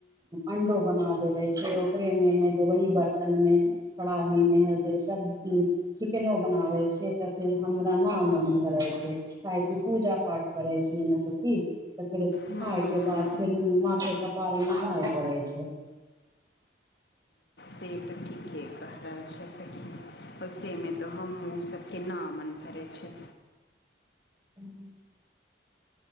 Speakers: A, on the right; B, on the left.
A: अंडो बना देबे छै ओकरे मे है त वही बर्तन मे कढ़ाइी मे जे सब की चिकेनो बनाबै छियै तऽ फेर हमरा ना मोन भरै छै काहै की पूजा पाठ करै छीयै न सखी तऽ फेर खाय
B: हूँ
A: के बाद फेर माथे कपारे नहाय पड़ै छै
B: से तऽ ठीके कहि रहल छै सखि से मे तऽ हमु स की ना मन भरै छै
A: <inaudible>